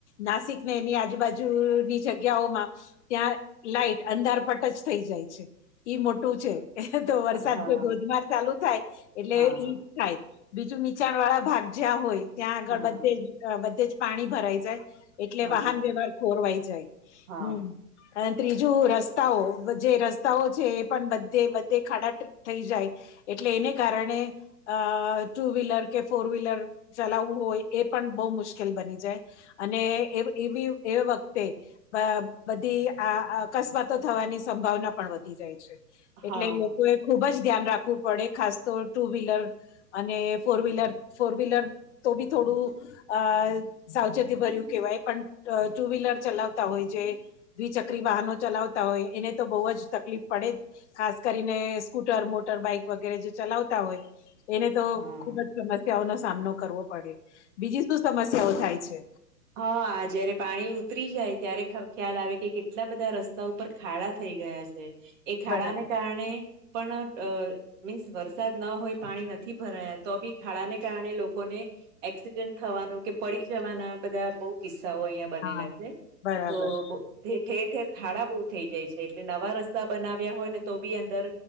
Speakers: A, on the left; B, on the right.
A: નાસિક ને એની આજુબાજુની જગ્યાઓમાં ત્યાં લાઈટ અંધારપટ જ થઈ જાય છે ઈ મોટું છે એતો વરસાદ
B: હા
A: જો ધોધમાર ચાલુ થાય એટલે
B: હા
A: ઈજ થાય બીજું નીચાણ વાળા ભાગ જ્યાં હોય ત્યાં આગળ
B: હા
A: બધે
B: હા
A: જ બધે જ પાણી ભરાઈ જાય એટલે
B: હા
A: વાહન વ્યવહાર ખોરવાઈ જાય
B: હા
A: હમ ત્રીજું રસ્તાઓ જે રસ્તાઓ છે એ પણ બધે બધે ખાડાટ થઈ જાય એટલે એને કારણે અ ટુ વ્હીલર કે ફોર વ્હીલર ચલાવવું હોય એ પણ બહુ મુશ્કેલ બની જાય અને એવી એવી એ વખતે અ બધી આ અકસ્માતો થવાની સંભાવના પણ વધી જાય છે.
B: હા
A: એટલે
B: હા
A: લોકોએ ખુબ જ ધ્યાન રાખવું પડે ખાસ તો ટુ વ્હીલર અને ફોર વ્હીલર ફોર વ્હીલર તો બી થોડું અ સાવચેતી ભર્યું કેહેવાય પણ અ ટુ વ્હીલર ચલાવતા હોય છે જે દ્વિચક્રી વાહનો ચલાવતા હોય એને તો બહુ જ તકલીફ પડે ખાસ કરીને સ્કૂટર મોટર બાઈક વગેરે જે ચલાવતા હોય એને તો
B: હા
A: ખુબ જ સમસ્યાઓનો સામનો કરવો પડે બીજી શું સમસ્યાઓ થાય છે.
B: હા જયારે પાણી ઉતરી જાય ત્યારે ખબર ખ્યાલ આવે કે કેટલા બધા રસ્તા ઉપર ખાડા થઈ ગયા છે એ ખાડાને
A: બરાબર
B: કારણે પણ અ <unintelligible> મીન્સ વરસાદ ન હોય પાણી નથી ભરાયા તો બી ખાડાને કારણે લોકોને એક્સિડેન્ટ થવાનું કે પડી જવાના બધા બઉ કિસ્સાઓ અહિયાં બનેલા
A: હા
B: છે
A: બરાબર
B: તો ઠેર ઠેર ખાડા બહુ થઈ જાય છે એટલે નવા રસ્તા બનાવ્યા હોય ને તો બી અંદર